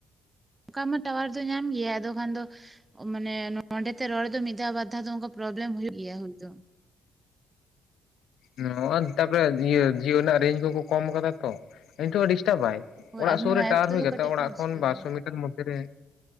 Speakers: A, on the right; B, on the left.
A: ᱚᱱᱠᱟ ᱢᱟ ᱴᱟᱣᱟᱨ ᱫᱚ ᱧᱟᱢ ᱜᱮᱭᱟ ᱟᱫᱚ ᱠᱷᱟᱱ ᱫᱚ ᱢᱟᱱᱮ ᱱᱚᱸᱰᱮᱛᱮ ᱨᱚᱲ ᱫᱚ ᱢᱤᱫ ᱢᱤᱫᱷᱟᱣ ᱵᱟᱨᱫᱷᱟᱣ ᱫᱚ ᱚᱱᱠᱟ ᱯᱨᱚᱵᱽᱞᱮᱢ ᱦᱩᱭᱩᱜ ᱜᱮᱭᱟ ᱦᱩᱭ ᱫᱚ᱾
B: ᱱᱚ ᱛᱟᱯᱚᱨᱮ ᱤᱭᱟᱹ ᱡᱤᱭᱳ ᱨᱮᱭᱟᱜ ᱨᱮᱸᱧᱡ ᱠᱚᱠᱚ ᱠᱚᱢ ᱠᱟᱫᱟ ᱛᱚ, ᱱᱤᱛᱚ ᱰᱤᱥᱴᱟᱵᱟᱭ
A: ᱦᱳᱭ
B: ᱚᱲᱟᱜ
A: ᱟᱫᱚ
B: ᱥᱩᱨ
A: ᱱᱚᱣᱟ
B: ᱨᱮ ᱴᱟᱣᱟᱨ
A: ᱮᱯ ᱛᱮᱫᱚ
B: ᱦᱩᱭ ᱠᱟᱛᱮ
A: ᱠᱟᱹᱴᱤᱡ
B: ᱚᱲᱟᱜ
A: ᱫᱚ ᱰᱤᱥᱴᱟᱵ
B: ᱠᱷᱚᱱ ᱵᱟᱨᱥᱚ
A: ᱜᱮᱭᱟ
B: ᱢᱤ ᱢᱚᱫᱽᱫᱷᱮ ᱨᱮ